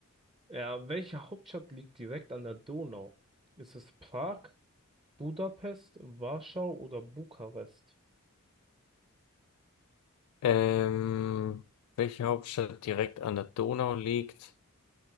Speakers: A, on the right; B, on the left.
A: Ja, welche Hauptstadt liegt direkt an der Donau? Ist es Prag, Budapest, Warschau oder Bukarest?
B: Ähm, welche Hauptstadt direkt an der Donau liegt?